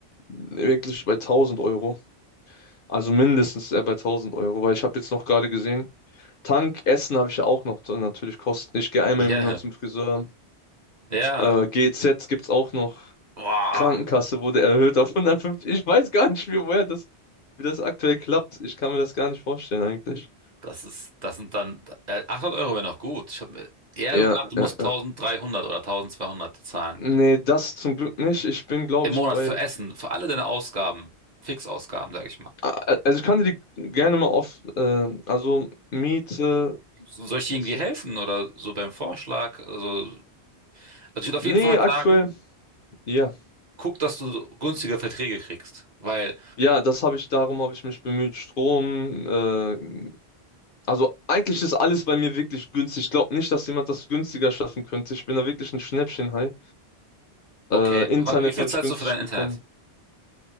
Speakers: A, on the left; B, on the right.
A: wirklich bei 1000 Euro. Also mindestens äh, bei 1000 Euro, weil ich habe jetzt noch gerade gesehen, Tank, Essen habe ich ja auch noch äh, natürlich Kosten. Ich gehe einmal
B: <laughs> Ja,
A: im Monat zum Friseur.
B: ja,
A: Äh, GEZ gibt es auch noch.
B: wow,
A: Krankenkasse wurde erhöht auf 150. Ich weiß gar nicht, wie, woher das, wie das aktuell klappt. Ich kann mir das gar nicht vorstellen eigentlich.
B: das ist, das sind dann äh, 800 Euro wäre noch gut. Ich habe eher
A: Ja,
B: so gedacht, du musst
A: ja, ja.
B: 1300 oder 1200 zahlen
A: Nee, das zum Glück nicht. Ich bin, glaube
B: im
A: ich,
B: Monat
A: bei.
B: für Essen, für alle deine Ausgaben, Fixausgaben, sage ich mal.
A: A- a- Also ich kann dir die gerne mal auf. Äh, also Miete.
B: So- Soll ich dir
A: das
B: irgendwie
A: sind-
B: helfen oder so beim Vorschlag? Also, also ich würde auf
A: Nee,
B: jeden Fall
A: aktuell.
B: sagen,
A: Ja.
B: guck, dass du günstige Verträge kriegst, weil
A: Ja, das habe ich, darum habe ich mich bemüht. Strom, äh, Also eigentlich ist alles bei mir wirklich günstig. Ich glaube nicht, dass jemand das günstiger schaffen könnte. Ich bin da wirklich ein Schnäppchenhai.
B: okay,
A: Äh, Internet
B: wa- wie viel
A: habe
B: zahlst
A: ich günstig
B: du für dein
A: bekommen.
B: Internet?